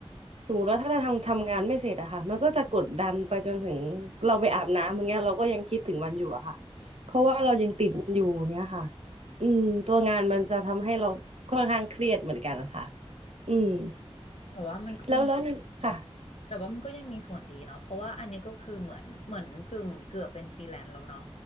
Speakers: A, on the right (about 70°); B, on the left (about 80°).
A: สมมติว่าถ้าเราทำทำงานไม่เสร็จอะค่ะมันก็จะกดดันไปจนถึงเราไปอาบน้ำอย่างเงี้ยเราก็ยังคิดถึงมันอยู่อะค่ะเพราะว่าเรายังติดมันอยู่อย่างเงี้ยค่ะอืมตัวงานมันจะทำให้เราค่อนข้างเครียดเหมือนกันค่ะ อืม
B: แต่ว่ามันก็ยัง
A: แล้วแล้วนีค่ะ
B: แต่ว่ามันก็ยังมีส่วนดีเนาะเพราะว่าอันนี้ก็คือเหมือนเหมือนกึ่งเกือบเป็นฟรีแลนซ์แล้วเนาะ